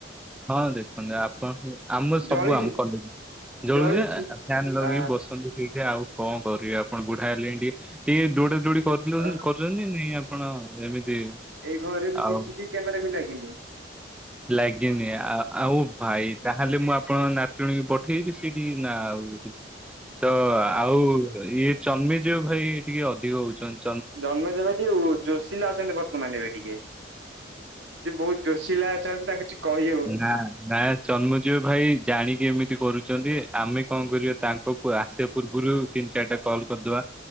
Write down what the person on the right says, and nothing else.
ଜଳିଛି।
ଜଳୁଛି
ଆ
ଅ
ଏଇ ଘରେ ବି
ସିସିଟିଭି କ୍ୟାମେରା ବି ଲାଗିନି।
ଅ
ଜନ୍ମିଜ ଭାଇ ଯୋଶୀଲା ଅଛନ୍ତି ବର୍ତ୍ତମାନ ଏବେ ଟିକେ ସିଏ ବୋହୁତ ଜୋଷିଲା ଅଛନ୍ତି ତାଙ୍କୁ କିଛି କହିହଉନି।